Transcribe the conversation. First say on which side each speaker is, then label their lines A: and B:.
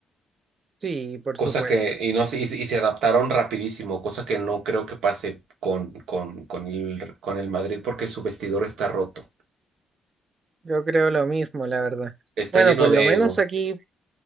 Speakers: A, on the right; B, on the right.
A: Sí, por
B: Cosa
A: supuesto.
B: que, y no se- y, se y se adaptaron rapidísimo, cosa que no creo que pase con, con, con el, con el Madrid porque su vestidor está roto.
A: Yo creo lo mismo, la verdad.
B: Está
A: Bueno,
B: lleno
A: por
B: de
A: lo menos
B: ego.
A: aquí,